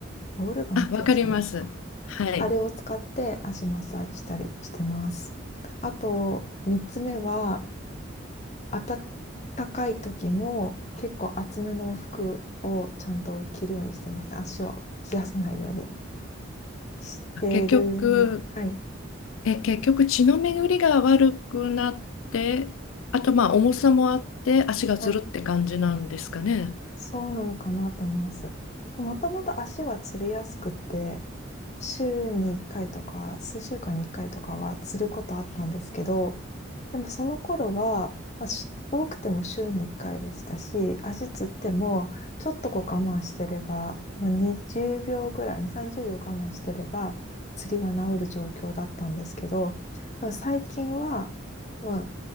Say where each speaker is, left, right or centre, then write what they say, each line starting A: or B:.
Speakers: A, on the left (about 35°); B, on the left (about 85°).
A: ボールガンっていうんですかね。
B: あ、わかります。はい。
A: あれを使って足マッサージしたりしてます。あと、三つ目は、暖かい時も結構厚めの服をちゃんと着るようにしてます。足を冷やさないようにしてる。
B: 結局、
A: はい。
B: え、結局血の巡りが悪くなって、あとまあ重さもあって足がずるって感じなんですかね。
A: はい。そうなのかなと思います。もともと足はつりやすくて、週に1回とか、数週間に1回とかはつることあったんですけど、でもその頃は、まあ、し多くても週に1回でしたし、足つっても、ちょっとこう我慢してれば、まあ、20秒ぐらい、2、30秒我慢してれば、釣りは治る状況だったんですけど、でも最近は、まあ、